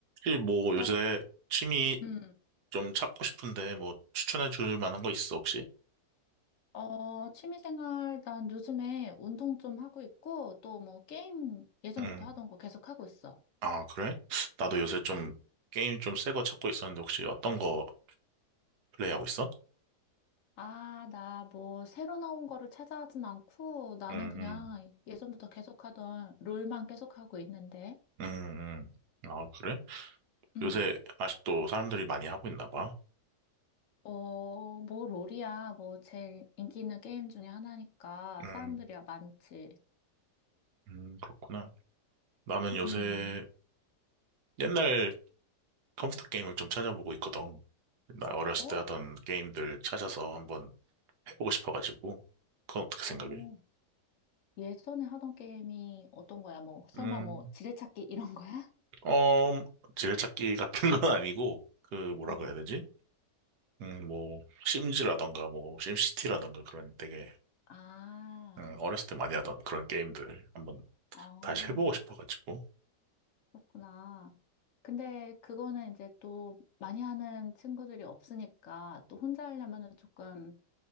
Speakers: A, on the right; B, on the left.
A: 혹시 뭐
B: 네,
A: 요새
B: 대-
A: 취미
B: 음,
A: 좀 찾고 싶은데 뭐 추천해 줄 만한 거 있어 혹시?
B: 어, 취미생활, 난 요즘에 운동 좀 하고 있고, 또 뭐 게임 예전부터
A: 음.
B: 하던 거 계속 하고 있어.
A: 아, 그래? 나도 요새 좀
B: 음.
A: 게임 좀 새 거 찾고 있었는데 혹시 어떤 거 플레이하고 있어?
B: 아, 나 뭐 새로 나온 거를 찾아하진 않고, 나는
A: 음,
B: 그냥 예전부터 계속 하던 롤만 계속 하고 있는데,
A: 음, 음, 음. 아, 그래?
B: 음.
A: 요새 아직도 사람들이 많이 하고 있나 봐.
B: 어, 뭐 롤이야. 뭐 제일 인기 있는 게임 중에 하나니까
A: 음,
B: 사람들이야 많지.
A: 음, 그렇구나. 나는 요새
B: 음.
A: 옛날 컴퓨터 게임을 좀 찾아보고 있거든. 나 어렸을
B: 어?
A: 때 하던 게임들 찾아서 한번 해보고 싶어가지고. 그건 어떻게 생각해?
B: 어. 예전에 하던 게임이 어떤 거야? 뭐, 설마
A: 음.
B: 뭐 지뢰찾기 이런 거야?
A: 어, 지뢰찾기 같은 건 <laughs> 아니고, 그, 뭐라고
B: 어.
A: 해야 되지? 음, 뭐, 심즈라던가, 뭐, 심시티라던가, 그런 되게,
B: 아,
A: 음, 어렸을 때 많이 하던 그런 게임들 한번
B: 어,
A: 다시 해보고 싶어가지고.
B: 그렇구나. 근데 그거는 이제 또 많이 하는 친구들이 없으니까 또 혼자 하려면은 조금